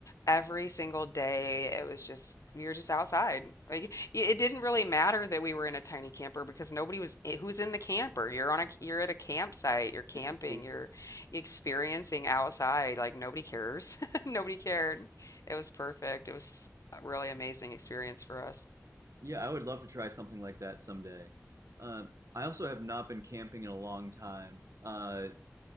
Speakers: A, on the left; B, on the right.
A: every single day, it was just, we were just outside. Like, y- it didn't really matter that we were in a tiny camper because nobody was, eh, who's in the camper? You're on a, you're at a campsite, you're camping,
B: it's to sleep
A: you're, experiencing outside like nobody cares <laughs> Nobody cared. It was perfect. It was a really amazing experience for us.
B: yeah i would love to try something like that someday uh, i also have not been camping in a long time uh,